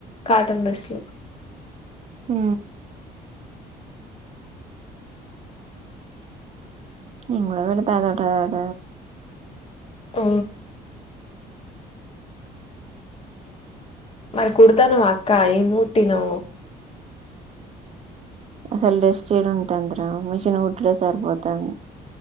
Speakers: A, on the left (about 35°); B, on the right (about 40°).
A: కాటన్ డ్రెస్లు
B: ఆ ఇ కూడా కూడా విళతే ఏదోటదాట
A: ఆ మరి కుతాను అక్కా మూటి ను్
B: అసలు రెస్ట్ చేడు ఉంటుందరా మిషిన్ గుట్లో సరిపోతుంది